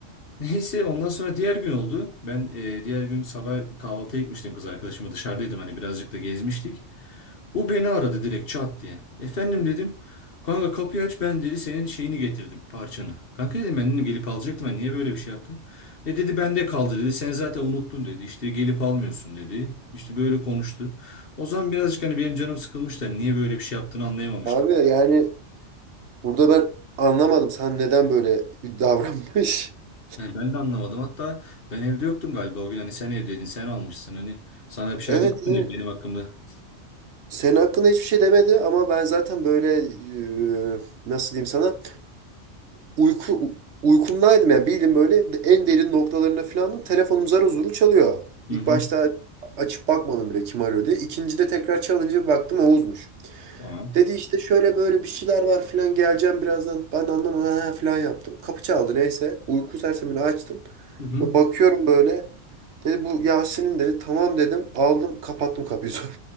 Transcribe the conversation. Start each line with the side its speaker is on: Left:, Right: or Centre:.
Left: Neyse ondan sonra diğer gün oldu. Ben e, diğer gün sabah kahvaltıya gitmiştim kız arkadaşımla dışarıdaydım hani birazcık da gezmiştik. O beni aradı direkt çat diye. Efendim dedim. Kanka kapıyı aç ben dedi senin şeyini getirdim parçanı. Kanka dedim ben dedim gelip alacaktım ben niye böyle bir şey yaptın? E dedi bende kaldı dedi sen zaten unuttun dedi işte gelip almıyorsun dedi. İşte böyle konuştu. O zaman birazcık hani benim canım sıkılmıştı hani niye böyle bir şey yaptığını anlayamamıştım.
Right: Abi yani burada ben anlamadım sen neden böyle davranmış. <laughs>
Left: Yani ben de anlamadım hatta ben evde yoktum galiba o gün hani sen evdeydin sen almışsın hani sana bir şey
Right: Evet
Left: dedim mi hani
Right: evet.
Left: benim hakkımda.
Right: Senin hakkında hiçbir şey demedi ama ben zaten böyle e, nasıl diyeyim sana uyku uykumdaydım yani bildim böyle en derin noktalarına falanım. Telefonum zar zor çalıyor.
Left: Hı
Right: İlk
Left: hı.
Right: başta açıp bakmadım bile kim arıyor diye. İkincide tekrar çalınca bir baktım Oğuz'muş.
Left: Tamam.
Right: Dedi işte şöyle böyle bir şeyler var filan geleceğim birazdan. Ben de anlamadım "Ha" filan yaptım. Kapı çaldı neyse. Uyku sersemini açtım.
Left: Hı hı.
Right: Ve bakıyorum böyle. Dedi bu Yasin'in dedi. Tamam dedim. Aldım kapattım kapıyı <laughs> sonra.